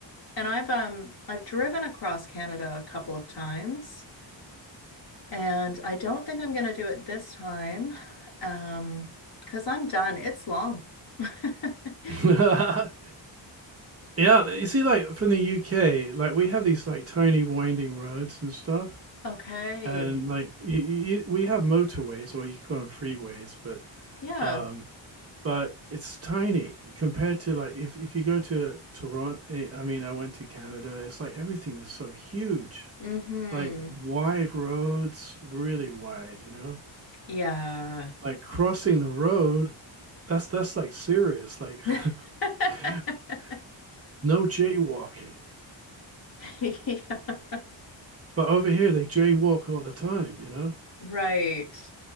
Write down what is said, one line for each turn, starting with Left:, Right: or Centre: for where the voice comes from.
Left: And I've um I've driven across Canada a couple of times, and I don't think I'm gonna do it this time, um, because I'm done. It's long. <laughs>
Right: <laughs> yeah. You see, like from the UK, like we have these like tiny winding roads and stuff.
Left: Okay.
Right: and like you, you, we have motorways or you call them freeways, but
Left: Yeah.
Right: um, but it's tiny compared to like if if you go to Toronto. I mean, I went to Canada. It's like everything was so huge,
Left: Mm-hmm.
Right: like wide roads, really wide. You know,
Left: Yeah.
Right: like crossing the road, that's that's like serious. Like
Left: <laughs>
Right: <laughs> no jaywalking.
Left: Yeah.
Right: But over here, they jaywalk all the time. You know.
Left: Right.